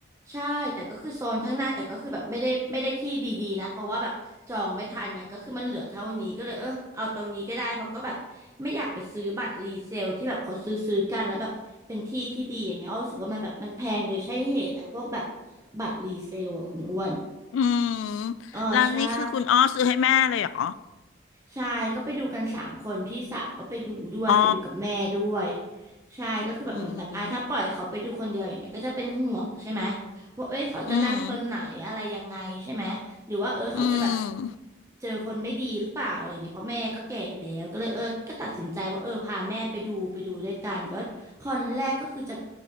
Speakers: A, on the right; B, on the left.
A: ใช่แต่ก็คือโซนข้างหน้าแต่ก็คือแบบไม่ได้ไม่ได้ที่ดีๆนะเพราะว่าแบบจองไม่ทันเนี่ยก็คือมันเหลือเท่านี้ก็เลยเออเอาตรงนี้ก็ได้เพราะก็แบบไม่อยากไปซื้อบัตรรีเซลที่แบบเขาซื้อซื้อกันแล้วแบบเป็นที่ที่ดีอย่างเงี้ยอ้อรู้สึกว่ามันแบบมันแพงโดยใช่เหตุอะพวกแบบ บัตรรีเซลอ่ะคุณอ้วน
B: อืม
A: เออใช่
B: แล้วนี่คือคุณอ้อซื้อให้แม่เลยเหรอ
A: ใช่ก็ไปดูกันสามคนพี่สาวก็ไปดูด้วยไปดูกับแม่ด้วย
B: อ๋อ
A: ใช่ก็คือแบบเหมือนแบบอ่ะถ้าปล่อยเขาไปดูคนเดียวอย่างเงี้ยก็จะเป็นห่วงใช่ไหม
B: อืม
A: ว่าเอ้ยเขาจะนั่งตรงไหนอะไรยังไงใช่ไหม
B: อืม
A: หรือว่าเออเขาจะแบบ
B: อืม
A: เจอคนไม่ดีหรือเปล่าอะไรเงี้ยเพราะแม่ก็แก่แล้วก็เลยเออก็ตัดสินใจว่าเออพาแม่ไปดูไปดูด้วยกันก็คอนแรกก็คือจะ